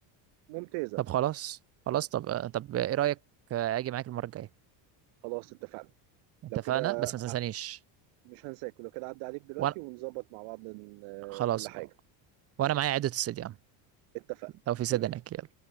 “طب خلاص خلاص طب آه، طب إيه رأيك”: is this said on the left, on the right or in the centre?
Right